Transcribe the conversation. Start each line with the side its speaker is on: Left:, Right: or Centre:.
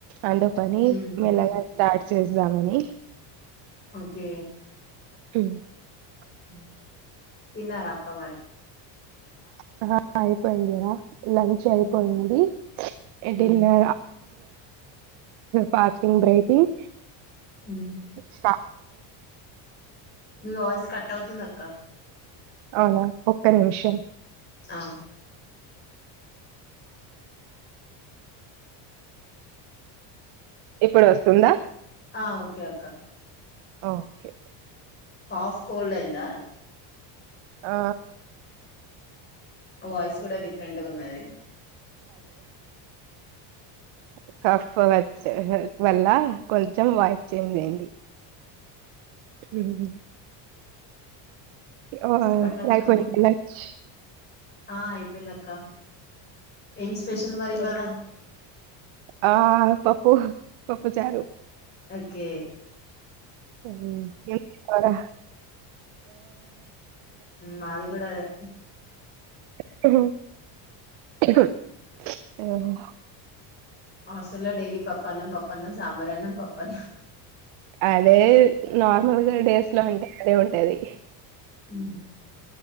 Right: అందుకని
Left: ఉమ్
Right: మెల్లగా స్టార్ట్ చేస్దామని
Left: ఓకే
Right: <unintelligible>
Left: అ తిన్నారక్క మరి
Right: <inaudible> అయిపోయిందిరా లంచ్ అయిపోయింది.
Left: ఉమ్ ఉమ్
Right: డిన్నర్ ఫాస్టింగ్ బ్రేకింగ్
Left: మ్మ్
Right: స్టార్ట్
Left: నాయిస్ కట్ అవుతుంది అక్క
Right: అవునా ఒక్క నిమిషం
Left: ఆ
Right: ఇప్పుడు వస్తుందా
Left: ఆ ఓకే అక్క
Right: ఓకే
Left: కాఫ్ కోల్డ్ అయిందా
Right: ఆ
Left: వాయిస్ కూడా డిఫరెంట్గా ఉన్నది
Right: క్కాఫ్ వచ్చ వల్ల కొంచ చం వాయిస్ చేంజ్ అయింది మ్మ్ ఓహొ
Left: చెప్పండి అక్క
Right: అయిపోయిందా లంచ్
Left: ఆ అయిపోయిందక్క ఏం స్పెషల్ మరి ఇవాళ
Right: ఆ పప్పు పప్పుచారు
Left: కే
Right: మ్మ్ అరా
Left: మాది కూడా అదే
Right: <unintelligible>
Left: హస్టల్లో డైలీ పప్పన్నం పప్పన్నం, సాంబారన్నమ్ పప్పన్నం
Right: అదే నార్మల్గా డేస్ లో అంటే అదే ఉంటాది
Left: మ్మ్